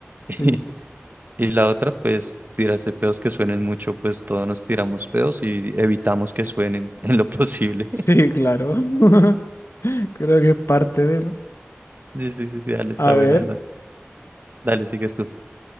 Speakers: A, on the left; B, on the right.
A: Sí,
B: <laughs> Y, la otra, pues tirarse pedos que suenen mucho, pues todos nos tiramos pedos y evitamos que suenen <laughs> en lo posible.
A: sí,
B: <laughs>
A: claro. <laughs> Creo que es parte de, ¿no?
B: Sí, sí, sí, sí, dale, está
A: A ver.
B: buena esa. Dale, sigues tú.